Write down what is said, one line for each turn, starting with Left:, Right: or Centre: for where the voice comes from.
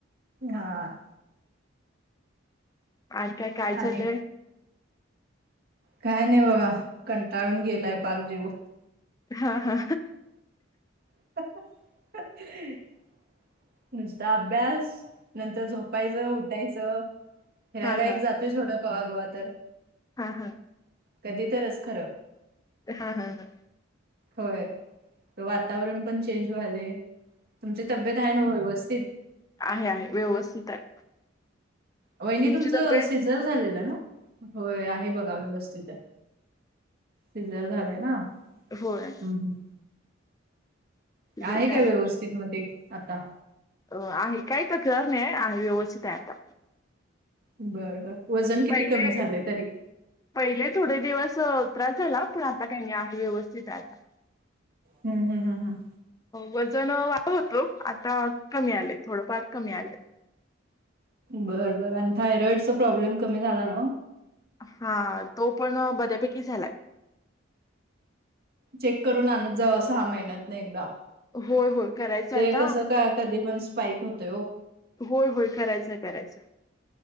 Right: हां.
Left: आनखी काय
Right: आणि
Left: चालय?
Right: काय-नाय बघा कंटाळून गेलाय, पार जीव.
Left: हा-हा.
Right: <unintelligible> नुसता अभ्यास नंतर झोपायचं, उठायचं, फिरायला
Left: हां हां
Right: एक जातोय थोडं कवा-कवा तर.
Left: हं हा.
Right: कधी तरच खरं
Left: हा-हा-हा.
Right: होय, वातावरण पण चेंज व्हायले. तुमची तब्येत आहे न व्हय व्यवस्थित?
Left: आहे-आहे, व्यवस्थित आहे.
Right: वहिनी
Left: तुमची
Right: तुमचं
Left: तब्येत
Right: सिजर झालेलं ना? होय, आहे बघा व्यवस्थित हे. सिजर झालेय ना?
Left: होयं.
Right: ह्म ह्म.
Left: सिझर
Right: आहे
Left: झालंय
Right: रे, व्यवस्थित म ते आता.
Left: अं आहे, काय तक्रार नाय आहे व्यवस्थित आहे आता.
Right: बर बर वजन किती?
Left: पहिले
Right: कमी झाले तरी-
Left: पहिले थोडे दिवस त्रास झाला पण आता काही नाही आहे व्यवस्थित आहे. आता-
Right: हम् -हम- हम हम-
Left: वजन अ वा होतो आता कमी आलंय थोडंफार कमी आलंय.
Right: बरं -बर आणि थायरॉइडचा प्रॉब्लेम कमी झाला ना?
Left: हा तो पण बऱ्यापैकी झालाय.
Right: चेक करून आणत जावा सहा महिन्यात न एकदा-
Left: होय होय करायचं
Right: ते
Left: आता
Right: कस काय कधी पण स्पाईक होतय. हो-
Left: होय- होय करायचं करायचं-